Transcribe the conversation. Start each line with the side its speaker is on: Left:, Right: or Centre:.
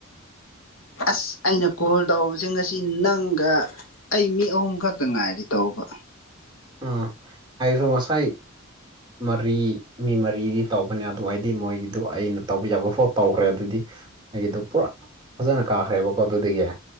Left: ꯑꯁ ꯑꯩꯅ ꯀꯣꯜ ꯇꯧꯕꯁꯤ ꯉꯁꯤ ꯅꯪꯒ ꯑꯩ ꯃꯤ ꯑꯍꯨꯝ ꯈꯛꯇ ꯉꯥꯏꯔꯤ ꯇꯧꯕ
Right: ꯑꯥ ꯍꯥꯢꯔꯨ ꯉꯁꯥꯏ ꯃꯔꯤ ꯃꯤ ꯃꯔꯤꯗꯤ ꯇꯧꯕꯅꯦ ꯑꯗꯨ ꯑꯩꯗꯤ ꯃꯣꯏꯒꯤꯗꯨ ꯑꯩꯅ ꯇꯧꯕ ꯌꯥꯕ ꯐꯥꯎ ꯇꯧꯈ꯭ꯔꯦ ꯑꯗꯨꯗꯤ ꯑꯩꯒꯤꯗꯨ ꯄꯨꯔꯥ ꯐꯖꯅ ꯀꯥꯈ꯭ꯔꯦꯕꯀꯣ ꯑꯗꯨꯗꯒꯤ